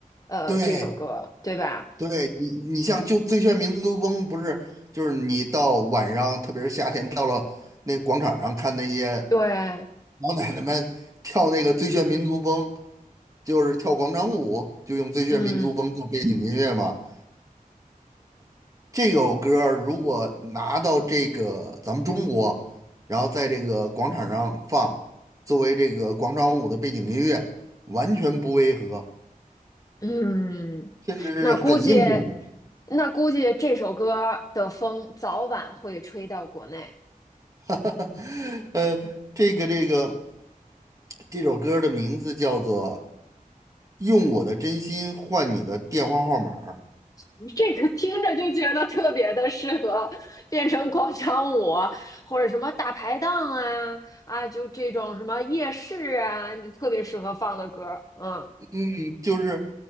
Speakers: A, on the left; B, on the right.
A: 呃，
B: 对，
A: 这首歌，对吧？
B: 对你，你像就《最炫民族风》，不是就是你到晚上，特别是夏天，到了那个广场上看那些
A: 对，
B: <laughs> 老奶奶们跳那个《最炫民族风》，就是跳广场舞，就用《最炫民族风》做背景音乐嘛。
A: 嗯
B: 这首歌儿如果拿到这个咱们中国，然后在这个广场上放，作为这个广场舞的背景音乐，完全不违和，
A: 嗯，
B: 甚至是很应景的。
A: 那估计，那估计这首歌的风早晚会吹到国内。
B: <laughs> 呃，这个这个这首歌的名字叫做《用我的真心换你的电话号码儿
A: <laughs> 这个听着就觉得特别的适合变成广场舞，或者什么大排档啊啊，就这种什么夜市啊，特别适合放的歌儿，嗯。
B: 嗯，就是，